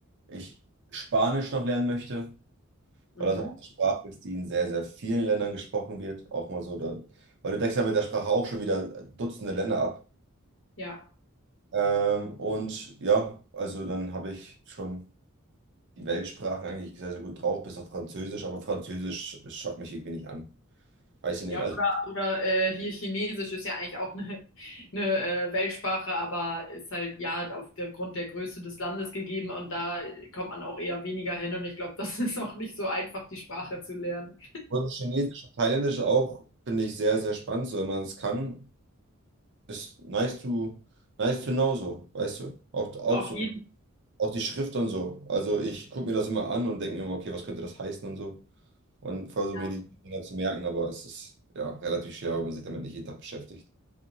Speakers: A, on the right; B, on the left.
A: ich Spanisch noch lernen möchte
B: Mhm.
A: weil das auch eine Sprache ist, die in sehr, sehr vielen Ländern gesprochen wird. Auch mal so, dann, weil du deckst ja mit der Sprache auch schon wieder Dutzende Länder ab.
B: Ja.
A: Ähm, und ja, also dann habe ich schon die Weltsprachen eigentlich sehr, sehr gut drauf, bis auf Französisch, aber Französisch schaut mich irgendwie nicht an. Weiß ich
B: Ja,
A: nicht. Also
B: oder, oder äh, hier Chinesisch ist ja eigentlich auch <laughs> eine, eine äh, Weltsprache, aber ist halt ja aufgrund der Größe des Landes gegeben und da kommt man auch eher weniger hin und ich glaube, <laughs> das ist auch nicht so einfach, die Sprache zu lernen.
A: Russisch, Chinesisch und Thailändisch auch finde ich sehr, sehr spannend. So, wenn man es kann, ist nice to, nice to know so, weißt du? Auch, auch
B: Auf
A: so,
B: jeden
A: auch die Schrift und so. Also ich gucke mir das immer an und denke mir immer, okay, was könnte das heißen und so. und versuche
B: Fall.
A: mir die Dinger zu merken, aber es ist ja relativ schwer, wenn man sich damit nicht jeden Tag beschäftigt.